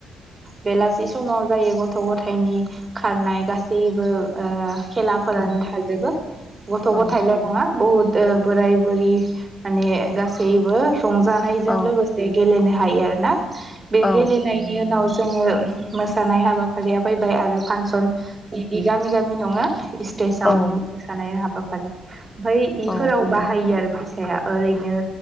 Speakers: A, on the right; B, on the left.
A: बेलासि समाव जायो गथ' गथायनि खारनाय गा सैबो ओ खेलाफोरानो
B: औ
A: थाजोबो गथ'
B: औ
A: गथायल' नङा बहुत ओ बोराय बुरि माने गासैबो रंजानायजों
B: औ
A: लोगोसे गेलेनो हायो आरोना बे
B: औ
A: गेलेनायनि उनाव जोङो मोसानाय हाबाफारिया फैबाय आरो फा सन गामि गामि नङा स्टेजाव
B: औ
A: मोसानाय हाबा फालि ओमफ्राय इफोराव
B: औ
A: बाहायो आरो फैसाया ओरैनो